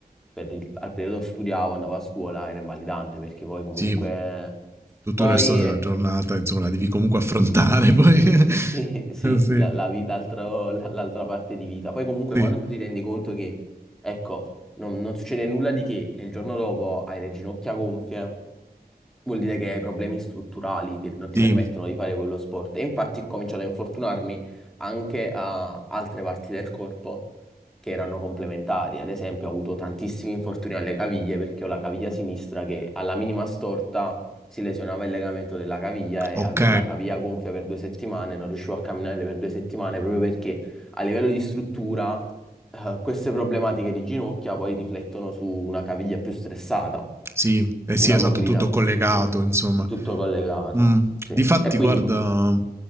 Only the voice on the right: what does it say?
sì, tutto
il resto della giornata, insomma, la devi comunque affrontare
poi. <laughs>
sì,
sì,
sì,
Ok,
sì, eh sì,
esatto,
tutto collegato,
insomma.
Mm,
Difatti,
guarda,